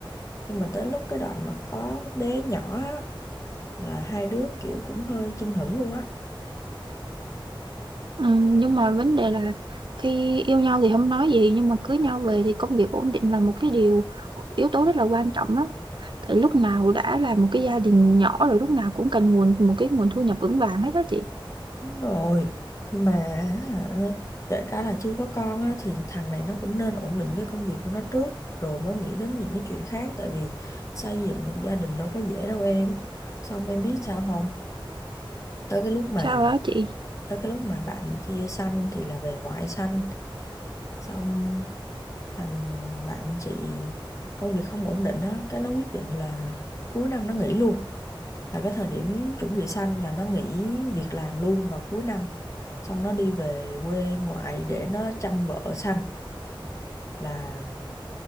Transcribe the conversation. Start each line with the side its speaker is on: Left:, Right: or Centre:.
Left: nhưng mà tới lúc cái đoạn mà có bé nhỏ á, là hai đứa kiểu cũng hơi chưng hửng luôn á
Right: ừm, nhưng mà vấn đề là khi yêu nhau thì không nói gì nhưng mà cưới nhau về thì công việc ổn định là một cái điều yếu tố rất là quan trọng đó tại lúc nào đã là một cái gia đình nhỏ rồi lúc nào cũng cần nguồn một cái nguồn thu nhập vững vàng hết đó chị
Left: Đúng rồi mà hả, kể cả là chưa có con á, thì thằng này nó cũng nên ổn định cái công việc của nó trước rồi mới nghĩ đến những cái chuyện khác tại vì xây dựng một gia đình đâu có dễ đâu em xong em biết sao không tới cái lúc mà
Right: sao đó chị
Left: tới cái lúc mà bạn kia sanh thì là về ngoại sanh xong Thằng bạn chị công việc không ổn định á, cái nó quyết định là cuối năm nó nghỉ luôn. Là cái thời điểm chuẩn bị sanh là nó nghỉ việc làm luôn vào cuối năm. Xong nó đi về quê ngoại để nó chăm vợ sanh. Là